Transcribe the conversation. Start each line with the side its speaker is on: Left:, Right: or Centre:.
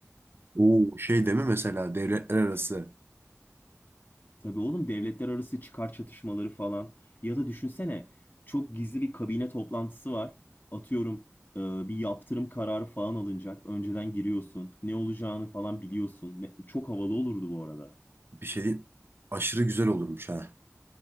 Right: Oo şey deme mesela devletler arası
Left: Tabii oğlum devletler arası çıkar çatışmaları falan. Ya da düşünsene çok gizli bir kabine toplantısı var. Atıyorum e, bir yaptırım kararı falan alınacak. Önceden giriyorsun. Ne olacağını falan biliyorsun. Ne- çok havalı olurdu bu arada.
Right: bir şey aşırı güzel olurmuş ha.